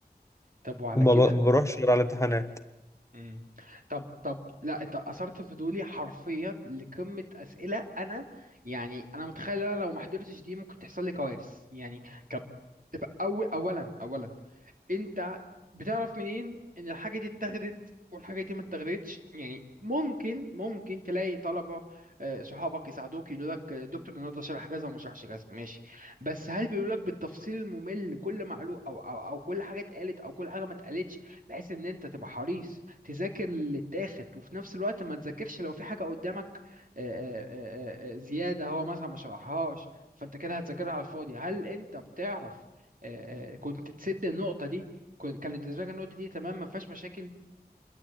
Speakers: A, on the right; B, on the left.
A: طب وعلى
B: وما
A: كده
B: ب- ما بروحش غير على الامتحانات
A: مم. طب طب لا انت اثرت فضولي حرفيا لقمه اسئله انا يعني انا متخيل ان انا لو ما حضرتش دي ممكن تحصل لي كوارث يعني كب... تبقى أول اولا اولا انت بتعرف منين ان الحاجه دي اتاخدت والحاجه دي ما اتاخدتش يعني ممكن ممكن تلاقي طلبه آه، صحابك يساعدوك يقولوا لك آه، دكتور النهارده شرح كذا وما شرحش كذا ماشي بس هل بيقولوا لك بالتفصيل الممل كل معلومه او او او كل حاجه اتقالت او كل حاجه ما اتقالتش بحيث ان انت تبقى حريص تذاكر اللي اتاخد وفي نفس الوقت ما تذاكرش لو في حاجه قدامك آه، آه، آه، آه، زياده هو مثلا ما شرحهاش فانت كده هتذاكرها على الفاضي هل انت بتعرف آه، آه، كنت تسد النقطه دي كن- كانت بالنسبه لك النقطه دي تمام ما فيهاش مشاكل